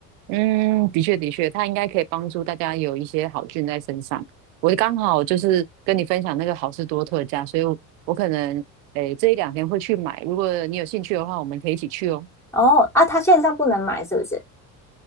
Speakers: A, on the right; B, in the centre.
A: 嗯，的确的确，它应该可以帮助大家有一些好菌在身上。我刚好就是跟你分享那个好事多特价，所以我，我可能诶这一两天会去买。如果你有兴趣的话，我们可以一起去哦。
B: 哦啊，他线上不能买是不是？